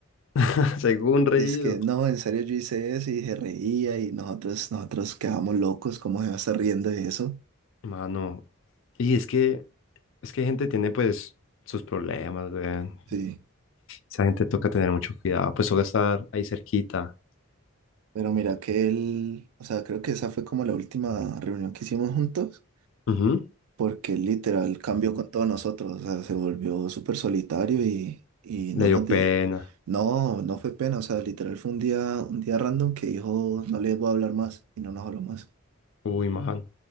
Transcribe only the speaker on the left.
<laughs> Según reído.
Mano. Y es que, es que gente tiene pues sus problemas, weón.
Esa gente toca tener mucho cuidado. Pues toca estar ahí cerquita.
Ujú.
Le
dio
pena.
Uy, mano.